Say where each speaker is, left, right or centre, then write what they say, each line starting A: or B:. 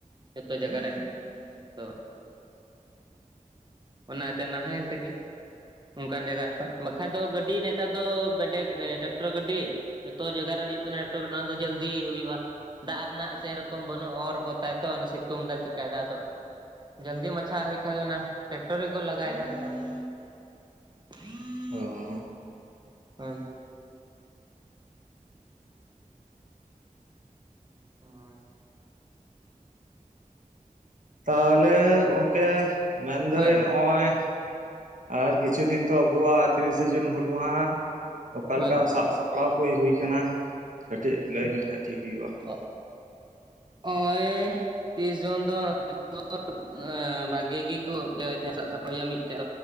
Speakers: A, on the right (about 30°); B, on the right (about 65°).
A: ᱡᱚᱛᱚ ᱡᱟᱭᱜᱟ ᱨᱮ ᱛᱚ ᱚᱱᱟᱛᱮ ᱱᱟᱦᱮᱞ ᱛᱮᱜᱮ ᱚᱱᱠᱟᱱ ᱡᱟᱭᱜᱟ ᱨᱮᱛᱚ ᱵᱟᱠᱷᱟᱡ ᱫᱚ ᱜᱟᱹᱰᱤ ᱱᱮᱛᱟᱨ ᱫᱚ ᱵᱮᱰᱮ ᱴᱨᱟᱠᱴᱚᱨ ᱜᱟᱹᱰᱤ ᱡᱚᱛᱚ ᱡᱟᱭᱜᱟ ᱨᱮ ᱦᱩᱭᱩᱜ ᱠᱟᱱᱟ ᱚᱱᱟ ᱫᱚ ᱡᱟᱞᱫᱤ ᱦᱩᱭᱩᱜᱼᱟ ᱫᱟᱜ ᱨᱮᱱᱟᱜ ᱥᱮᱨᱚᱠᱚᱢ ᱵᱟᱹᱱᱩᱜᱼᱟ ᱚᱨ ᱜᱚᱛᱟᱭ ᱛᱚ ᱥᱤᱛᱩᱝ ᱫᱟᱭ ᱪᱮᱠᱟᱭ ᱫᱟᱭ ᱟᱫᱚ ᱡᱟᱞᱫᱤ ᱢᱟᱪᱷᱟ ᱦᱩᱭᱩᱜ ᱠᱷᱟᱱ ᱫᱚ ᱚᱱᱟ ᱴᱨᱮᱠᱴᱚᱨ ᱨᱮᱠᱚ ᱞᱟᱜᱟᱭᱮᱫᱟ ᱱᱮᱛᱟᱨ ᱫᱚ <unintelligible>
B: ᱦᱚᱻ
A: ᱦᱳᱭ ᱦᱳᱭ
B: ᱛᱟᱦᱚᱞᱮ ᱜᱚᱝᱠᱮ ᱢᱮᱱᱫᱟᱹᱧ
A: ᱦᱳᱭ
B: ᱱᱚᱜ.... ᱚᱭ ᱟᱨ ᱠᱤᱪᱷᱩ ᱫᱤᱱ ᱛᱚ ᱟᱵᱚᱣᱟᱜ ᱛᱤᱨᱤᱥᱮ ᱡᱩᱱ ᱦᱩᱞ ᱢᱟᱦᱟ ᱚᱠᱟᱞᱮᱠᱟ
A: ᱦᱳᱭ
B: ᱥᱟᱵ ᱥᱟᱯᱲᱟᱣ ᱠᱚ ᱦᱩᱭ ᱠᱟᱱᱟ ᱠᱟᱹᱴᱤᱡ ᱞᱟᱹᱭ ᱧᱚᱜᱠᱷᱟᱡ ᱴᱷᱤᱠ ᱦᱩᱭᱩᱜᱼᱟ
A: ᱚᱜ ᱚᱭ ᱛᱤᱥ ᱡᱩᱱ ᱫᱚ <unintelligible> ᱟᱸᱻ ᱵᱷᱟᱜᱤ ᱜᱮᱠᱚ ᱛᱮ ᱥᱟᱵ ᱥᱟᱯᱲᱟᱶ <unintelligible> ᱢᱤᱫᱴᱮᱡ